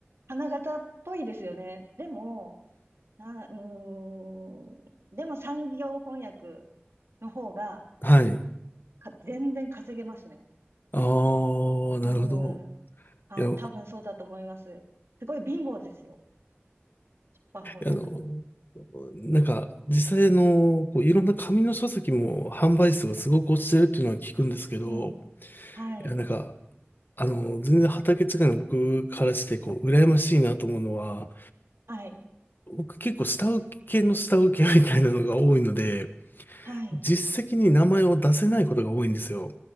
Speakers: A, on the right (about 90°); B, on the left (about 55°).
A: 花形っぽいですよね。でも、な、うーん、でも産業翻訳の方が、
B: はい。
A: か、全然稼げますね。
B: ああ、なるほど。
A: うーん。はい。
B: いや、
A: 多分そうだと思います。すごい貧乏ですよ。出版翻訳。
B: あの、なんか、実際の、こういろんな紙の書籍も販売数がすごく落ちてるっていうのは聞くんですけど、
A: うん。はい。
B: いや、なんか、あの、全然畑違いの僕からして、こう、羨ましいなと思うのは、
A: はい。
B: 僕結構下請けの下請けみたいなのが多いので、
A: はい。
B: 実績に名前を出せないことが多いんですよ。